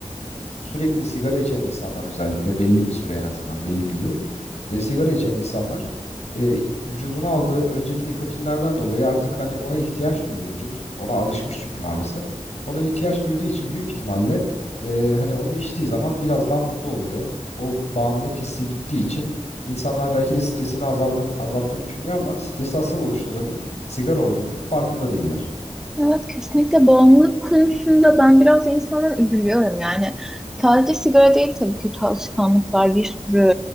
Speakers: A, on the left (about 65°); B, in the centre.
A: sürekli sigara içen insanlar özellikle belli bir süre en azından belli bir yıl e, sigara içen insanlar e, iç- vücuduna aldığı önceki nikotinlerden dolayı artık hani ona ihtiyaç duyuyor vücut. Ona alışmış çünkü maalesef. Ona ihtiyaç duyduğu için büyük ihtimalle e, hani onu içtiği zaman biraz daha mutlu oluyor. O bağımlılık hissi gittiği için insanlar belki de stresini azaldığını, azalttığını düşünüyor ama stresi asıl oluşturanın sigara olduğunun farkında değiller.
B: Evet kesinlikle bağımlılık konusunda ben biraz insandan üzülüyorum yani. Sadece sigara değil tabii kötü alışkanlıklar bir sürü